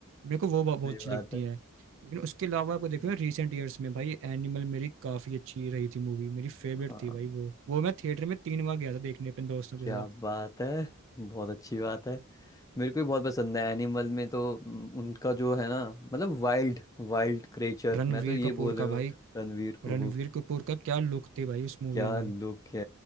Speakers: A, on the right; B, on the left.
A: मेरे को वो ब- बहुत अच्छी
B: बात
A: लगती
B: है
A: है लेकिन उसके अलावा आपको देखो
B: हम्म,
A: रिसेंट ईयर्स में भाई एनिमल मेरी काफी अच्छी रही थी मूवी मेरी फेवरेट
B: हाँ
A: थी भाई वो वो मैं थिएटर में तीन बार गया था देखने अपने दोस्तों
B: क्या
A: के साथ
B: बात है बहुत अच्छी बात है मेरे को भी बहुत पसंद है एनिमल में तो हम्म, उनका जो है ना मतलब वाइल्ड वाइल्ड क्रेचर
A: रणवीर
B: मैं तो ये
A: कपूर
B: बोले
A: का
B: वो
A: भाई
B: रणवीर को
A: रणवीर
B: वो
A: कपूर का क्या लुक थे भाई उस मूवी
B: क्या
A: में
B: लुक है